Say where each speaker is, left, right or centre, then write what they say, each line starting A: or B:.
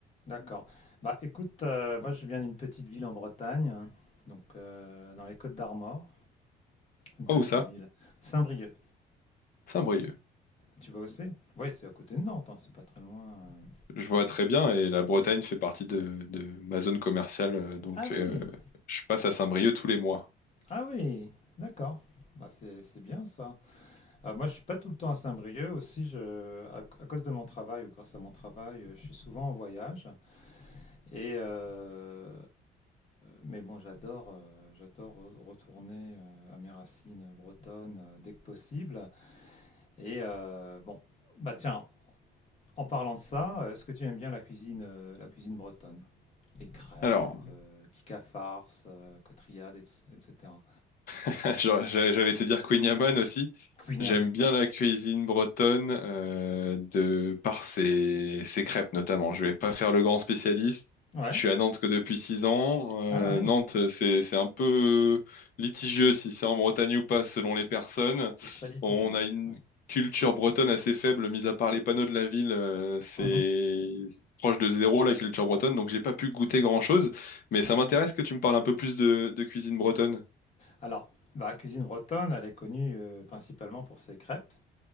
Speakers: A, on the left; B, on the left.
A: d'accord. Bah écoute, euh, moi je viens d'une petite ville en Bretagne, hein, donc euh, dans les Côtes d'Armor. une
B: Oh,
A: petite
B: où ça?
A: ville. Saint-Brieuc,
B: Saint-Brieuc.
A: tu vois où c'est Oui, c'est à côté de Nantes, hein, c'est pas très loin. euh.
B: Je vois très bien, et la Bretagne fait partie de, de ma zone commerciale, euh, donc
A: Ah
B: euh,
A: oui,
B: je passe à Saint-Brieuc tous les mois.
A: ah oui, d'accord. Bah c'est c'est bien ça. Euh, moi, je suis pas tout le temps à Saint-Brieuc aussi. Je, à, à cause de mon travail ou grâce à mon travail, euh, je suis souvent en voyage. Et euh, mais bon, j'adore, euh, j'adore re- retourner euh, à mes racines bretonnes euh, dès que possible. Et euh, bon, bah tiens, en parlant de ça, euh, est-ce que tu aimes bien la cuisine, euh, la cuisine bretonne? des crêpes,
B: Alors,
A: euh, Kika Farce, euh, Cotriade, et tout- etc.
B: <laughs> Genre, j'a- J'allais te dire Queen Yaman aussi.
A: Queen
B: J'aime bien la cuisine bretonne euh, de par ses, ses crêpes notamment. Je vais pas faire le grand spécialiste.
A: Ouais.
B: Je suis à Nantes que depuis six ans.
A: Ah
B: Euh,
A: oui,
B: Nantes, c'est c'est un peu litigieux si c'est en Bretagne ou pas selon les personnes.
A: c'est très litigieux.
B: On a une
A: ouais.
B: culture bretonne assez faible, mis à part les panneaux de la ville. euh, c'est
A: Mhm.
B: proche de zéro la culture bretonne, donc j'ai pas pu goûter grand-chose. Mais ça
A: Ouais.
B: m'intéresse que tu me parles un peu plus de, de cuisine bretonne.
A: Alors, bah, la cuisine bretonne, elle est connue euh, principalement pour ses crêpes,